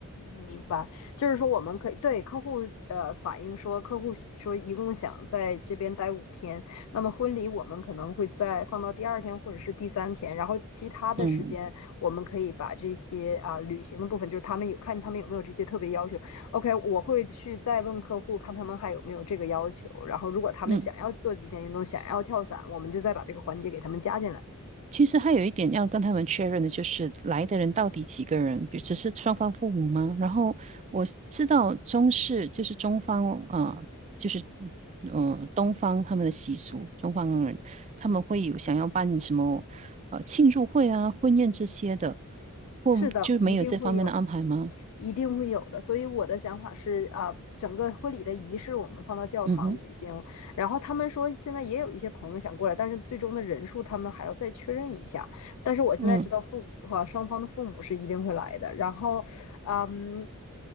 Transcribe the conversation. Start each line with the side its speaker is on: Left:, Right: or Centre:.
Left: 嗯，明白，就是说我们可以对客户呃反映说，客户喜说一共想在这边待五天，那么婚礼我们可能会在放到第二天或者是第三天，然后其他的时间我们可以把这些啊、
Right: 嗯
Left: 旅行的部分，就是他们有看他们有没有这些特别要求。OK，我会去再问客户看他们还有没有这个要求，然后如果他们想要做极限运动，
Right: 嗯。
Left: 想要跳伞，我们就再把这个环节给他们加进来。
Right: 其实还有一点要跟他们确认的，就是来的人到底几个人，比只是双方父母吗？然后我知道中式就是中方啊、呃就是嗯、呃东方他们的习俗，中方人他们会有想要办什么呃庆祝会啊、婚宴这些的，或就没有这方面的安排吗？
Left: 是的，一定会有的。一定会有的。所以我的想法是啊，呃整个婚礼的仪式我们放到教堂举行。
Right: 嗯哼，
Left: 然后他们说现在也有一些朋友想过来，但是最终的人数他们还要再确认一下。但是我现在知道父母啊，
Right: 嗯
Left: 双方的父母是一定会来的。然后，啊嗯。